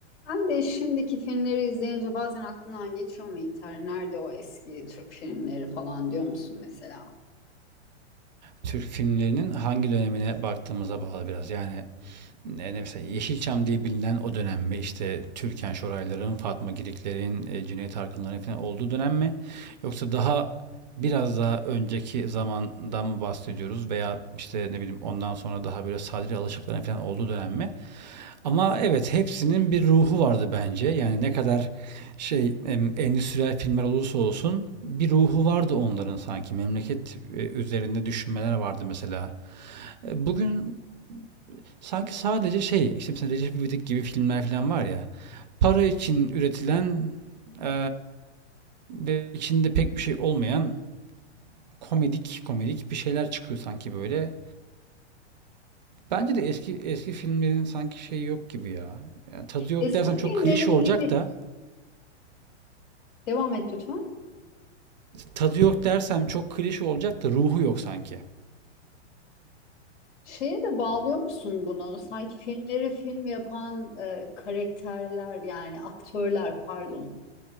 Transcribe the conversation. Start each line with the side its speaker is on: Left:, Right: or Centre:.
Left: Sen de şimdiki filmleri izleyince bazen aklından geçiyor mu İlter? Nerede o eski Türk filmleri falan diyor musun mesela?
Right: Türk filmlerinin hangi dönemine baktığımıza bağlı biraz. Yani ne, mesela Yeşilçam diye bilinen o dönem mi? İşte Türkan Şorayların, Fatma Giriklerin, e, Cüneyt Arkınların falan olduğu dönem mi? Yoksa daha biraz daha önceki zamandan mı bahsediyoruz veya işte ne bileyim ondan sonra daha böyle Sadri Alışıkların falan olduğu dönem mi? Ama evet hepsinin bir ruhu vardı bence. Yani ne kadar şey em, endüstriyel filmler olursa olsun bir ruhu vardı onların sanki. Memleket e, üzerinde düşünmeler vardı mesela. E, Bugün sanki sadece şey işte mesela Recep İvedik gibi filmler falan var ya. Para için üretilen e, ve içinde pek bir şey olmayan komedik komedik bir şeyler çıkıyor sanki böyle. Bence de eski eski filmlerin sanki şeyi yok gibi ya. Yani tadı yok
Left: Eski
Right: dersem çok
Left: filmleri
Right: klişe
Left: filmi...
Right: olacak da
Left: Devam et lütfen.
Right: tadı yok dersem çok klişe olacak da ruhu yok sanki.
Left: Şeye de bağlıyor musun bunu? Sanki filmleri film yapan e, karakterler yani aktörler pardon.